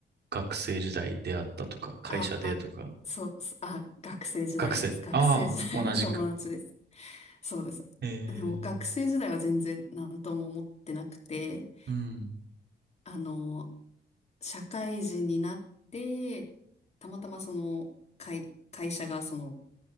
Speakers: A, on the right; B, on the left.
A: 学生時代出会ったとか、会社でとか、
B: あ、あ、そう、すあ、学生時代です。
A: 学生。
B: 学生時代の友達です。
A: ああ、同じく。
B: そうです。
A: ええ
B: あの、学生時代は全然何とも思ってなくて、
A: うん、
B: あの、社会人になって、たまたまその、会、会社がその、